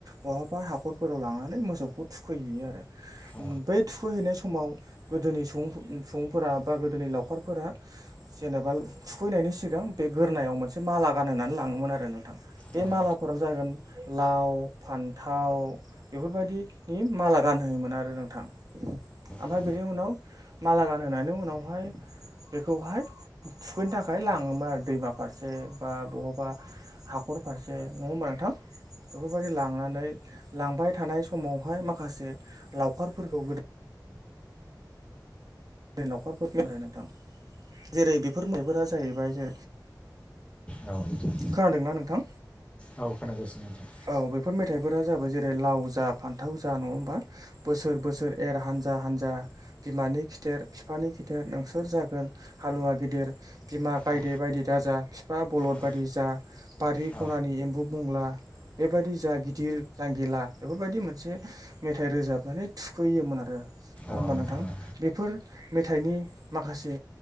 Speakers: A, on the right; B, on the left.
A: बहाबा हाखरफोराव लांनानै मोसौखौ थुखैहैयो आरो।
B: औ
A: बै थुखैहैनाय स माव गोदोनि सुबुं सुबुंफोरा बा गोदोनि लावखारफोरा जेनेबा थुखैनायनि सिगां बे गोरनायाव मोनसे माला गानहोनानै लाङोमोन आरो नोंथां बे
B: औ नोंथां औ
A: मालाफोराव
B: नोंथां
A: जागोन लाव फान्थाव बेफोरबायदिनि माला गानहोयोमोन आरो नोंथां। ओमफ्राय
B: औ नोंथां औ नोंथां औ
A: बेनि उनाव माला गानहोनायनि उनावहाय बेखौहाय थुखैनो थाखाय लाङोमोन आरो दैमा फारसे बा बहाबा हाखर फारसे नङा होमबा नोंथां बेफोरबायदि लांनानै लांबाय थानाय समावहाय माखासे लावखारफोरखौ गोदो नि न'खरफोर <inaudible> नोंथां जेरै बेफोर मैफ्रा जाहैबाय जे
B: औ नोंथां
A: खोनादोंना नोंथां
B: औ खोनागासिनो नोंथां
A: औ बेफोर मेथाइफोरा जाबाय जेरै लाव जा फान्थाव जा नङा होमबा बोसोर बोसोर एर हानजा हानजा बिमानि खिथेर बिफानि खिथेर नोंसोर जागोन हालुवा गेदेर बिमा गायदे
B: औ
A: बायदि दा जा बिफा बलद
B: औ
A: बायदि जा बारि
B: औ
A: खनानि एम्बु बंग्ला बेबायदि जा गिदिर जांगिला बेफोरबायदि मोनसे मेथाइ रोजाबनानै थु खैयोमोन आरो। नङा
B: औ
A: होमबा
B: नोंथां औ।
A: बेफोर मेथाइनि माखासे